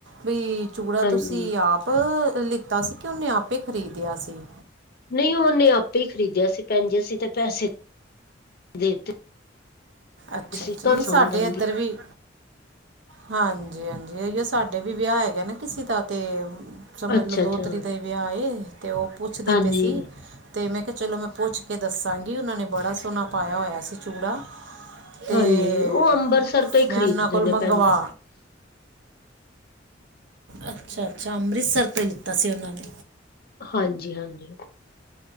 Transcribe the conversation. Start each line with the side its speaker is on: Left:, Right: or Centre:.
Right: ਵੀ ਚੂੜਾ ਤੁਸੀਂ
Left: ਹਾਂਜੀ
Right: ਆਪ ਲਿੱਤਾ ਸੀ ਕਿ ਉਹਨੇ ਆਪੇ ਖਰੀਦਿਆ ਸੀ?
Left: ਨਹੀਂ ਉਹਨੇ ਆਪੇ ਹੀ ਖਰੀਦਿਆ ਸੀ ਭੈਣਜੀ, ਅਸੀ ਤੇ ਪੈਸੇ ਦੇਤੇ ਸੀ
Right: ਅੱਛਾ- ਅੱਛਾ,
Left: ਤੁਹਾਨੂੰ
Right: ਨਹੀਂ
Left: ਪਸੰਦ
Right: ਸਾਡੇ
Left: ਆਂਦੀ
Right: ਇੱਧਰ ਵੀ ਹਾਂਜੀ -ਹਾਂਜੀ, ਅਓ ਸਾਡੇ ਵੀ ਵਿਆਹ ਹੈਗਾ ਨਾ ਕਿਸੇ ਦਾ ਤੇ ਸਮਝ
Left: ਅੱਛਾ
Right: ਲਓ, ਦੋ
Left: ਅੱਛਾ
Right: ਤਰੀਕ ਦਾ ਹੀ ਵਿਆਹ ਏ, ਤੇ ਉਹ ਪੁੱਛਦੇ
Left: ਹਾਂਜੀ
Right: ਪਏ ਸੀ ਤੇ ਮੈਂ ਕਿਹਾ ਚਲੋ ਮੈਂ ਪੁੱਛ ਕੇ ਦੱਸਾਂਗੀ, ਉਹਨਾਂ ਨੇ ਬੜਾ ਸੋਹਣਾ ਪਾਇਆ ਹੋਇਆ ਸੀ ਚੂੜਾ। ਤੇ
Left: ਹਾਂਜੀ, ਉਹ ਅੰਬਰਸਰ ਤੋਂ ਹੀ ਖਰੀਦਦੇ
Right: ਮੈਂ ਉਹਨਾਂ ਕੋਲ
Left: ਨੇ
Right: ਮੰਗਵਾ
Left: ਭੈਣ ਜੀ।
Right: ਅੱਛਾ- ਅੱਛਾ ਅੰਮ੍ਰਿਤਸਰ ਤੋਂ ਹੀ ਲਿੱਤਾ ਸੀ ਉਹਨਾਂ ਨੇ
Left: ਹਾਂਜੀ -ਹਾਂਜੀ